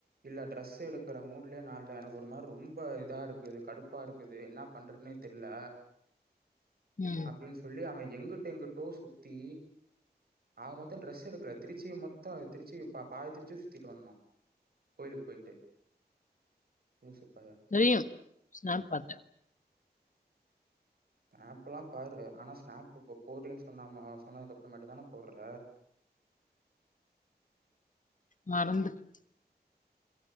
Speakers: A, on the right; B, on the left.
A: இல்ல டிரெஸ் எடுக்கற மூட்லயே நா இல்ல எனக்கு ஒரு மாரி ரொம்ப இதா இருக்குது கடுப்பா இருக்குது என்ன பண்றதுனே தெர்ல
B: ம்
A: அப்டின்னு சொல்லி அவை எங்கிட்டு எங்கிட்டோ சுத்தி ஆக மொத்தோ டிரெஸ் எடுக்கல திருச்சிய மொத்தோ திருச்சிய பா பாதி திருச்சிய சுத்திட்டு வந்தோ கோயிலுக்கு போயிட்டு லூசு பயல
B: தெரியு ஸ்நாப் பாத்தே
A: ஸ்நாப் எல்லா பாரு ஆனா ஸ்நாப் இப்ப போடுறேன்னு சொன்னாம சொன்னதுக்கு அப்புறமேட்டுதான போடுற
B: மறந்துட்டேன்